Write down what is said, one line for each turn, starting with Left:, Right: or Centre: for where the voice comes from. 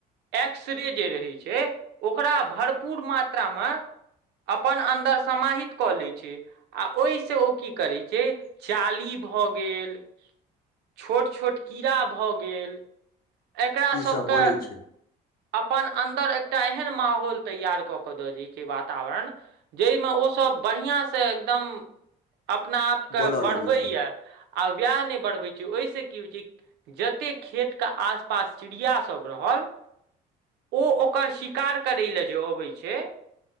Right: एक्सरे जे रहै छै ओकरा भरपूर मात्रा मे अपन अन्दर समाहित कऽ लै छै आ ओहि सँ ओ की करैत छै जे चाली भऽ गेल छोट छोट कीड़ा भऽ गेल एकरा
Left: ईसभ
Right: सबके
Left: बनै छै
Right: अपन अन्दर एकटा एहन माहौल तैयार कऽ क दऽ वर जइ मे ओसभ बढ़िआँ सँ एकदम अपना आपके
Left: बनय
Right: बढ़बैए
Left: लगै छै
Right: या आ वैह नहि बढ़बे छै ओहि से की होइ छै जते खेत के आस आस पास चिड़िया सब रहल ओ ओकर शिकार करय लेल जे अबै छै